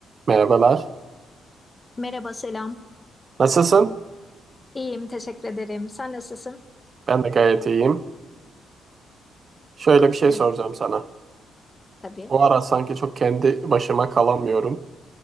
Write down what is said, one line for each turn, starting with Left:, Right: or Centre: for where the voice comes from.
Right: Merhabalar.
Left: Merhaba, selam.
Right: Nasılsın?
Left: İyiyim, teşekkür ederim. Sen nasılsın?
Right: Ben de gayet iyiyim. Şöyle bir şey
Left: Ne
Right: soracağım sana.
Left: tabii.
Right: Bu ara sanki çok kendi başıma kalamıyorum.